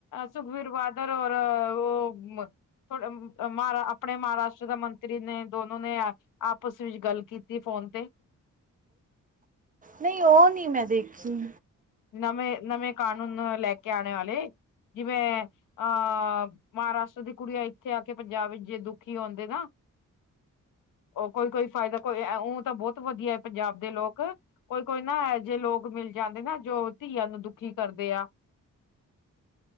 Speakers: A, on the left; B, on the right.
A: ਸੁਖਬੀਰ ਬਾਦਰਰ ਔਰ ਉਹ ਥੋੜਾ ਮਹਾਰ ਆਪਣੇ ਮਹਾਰਾਸ਼ਟਰ ਦਾ ਮੰਤਰੀ ਨੇ ਦੋਨੋ ਨੇ ਅ ਆਪਸ ਵਿੱਚ ਗੱਲ ਕੀਤੀ ਫੋਨ ਤੇ
B: ਨਈਂ ਉਹ ਨ੍ਹੀਂ ਮੈਂ ਦੇਖੀ।
A: ਨਵੇਂ ਨਵੇਂ ਕਾਨੂੰਨ ਲੈ ਕੇ ਆਣੇ ਵਾਲੇ ਜਿਵੇਂ ਅਹ ਮਹਾਰਾਸ਼ਟਰ ਦੀ ਕੁੜੀਆਂ ਇੱਥੇ ਆ ਕੇ ਪੰਜਾਬ ਵਿੱਚ ਜੇ ਦੁਖੀ ਆਉਂਦੇ ਨਾ। ਉਹ ਕੋਈ ਕੋਈ ਫਾਇਦਾ ਕੋਈ ਇਉ ਤਾਂ ਬਹੁਤ ਵਧੀਆ ਪੰਜਾਬ ਦੇ ਲੋਕ ਕੋਈ ਕੋਈ ਨਾ ਇਹ ਜਿਹੇ ਲੋਕ ਮਿਲ ਜਾਂਦੇ ਨਾ ਜੋ ਧੀਆਂ ਨੂੰ ਦੁਖੀ ਕਰਦੇ ਆ।